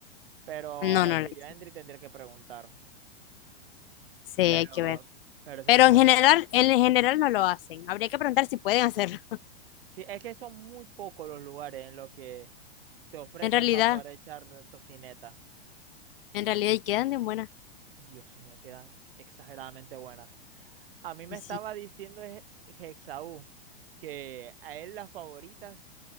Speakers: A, on the right (about 60°); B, on the left (about 60°).
A: Pero
B: No,
A: a la
B: no
A: que
B: le echan.
A: yo Endri tendría que preguntar.
B: Sí, hay
A: Pero,
B: que ver.
A: pero ese
B: Pero
A: es mi favorito.
B: en general, en general no lo hacen. Habría que preguntar si pueden hacerlo. <laughs>
A: Sí, es que son muy pocos los lugares en los que te ofrecen
B: En realidad,
A: para poder echar tocineta.
B: en realidad, y quedan de buena.
A: Dios mío, quedan exageradamente buenas. A mí me
B: Y
A: estaba
B: sí.
A: diciendo es Hexaú que a él las favoritas,